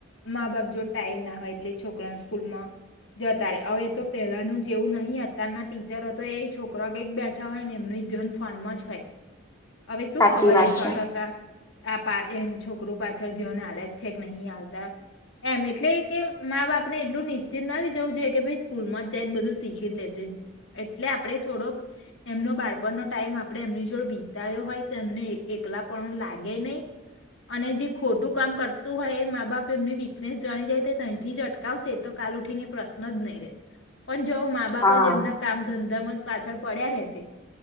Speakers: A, on the left; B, on the left.
A: મા બાપ જોડ ટાઈમ ના હોય એટલે છોકરા સ્કૂલમાં જતા ર હવે એ તો પહેલાનું જ જેવું નહીં અતારના ટીચર હતો એ છોકરા કંઈક બેઠા હોય ને એમનું ધન ફનમાં જ હોય. હવે શું
B: સાચી
A: ખબર
B: વાત
A: હ સો
B: છે
A: ટકા. આ પા એ છોકરું પાછળ ધી્યોને હલે જ છે નહી હાલતા. એમ એટલે કે મા બાપ ને એટલું નિશ્ચિત નથી જવું જોઈએ કે ભાઈ સ્કૂલ માં જાય બધું. શિખી લેશે. એટલે આપણે થોડોક એમનો બાળપણનો ટાઈમ આપડે એમની જોડ વિતાયો હોય તો એમને એકલા પણ લાગે નહી. અને જે ખોટું કામ કરતું હોય એ મા બાપ એમની વીકનેસ જાણી જાય તથી જ અટકાવશે તો કાલ ઉઠીને પ્રશ્ન જ નહી રહે પણ જો મા બાપ
B: હા.
A: જ એમના કામ ધંધામાં જ પાછળ પડ્યા રશે